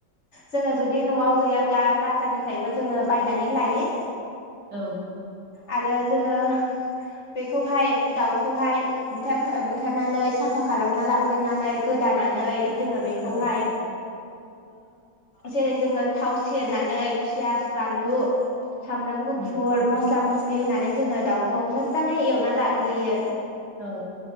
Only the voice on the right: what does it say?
औ।
औ
उम
औ।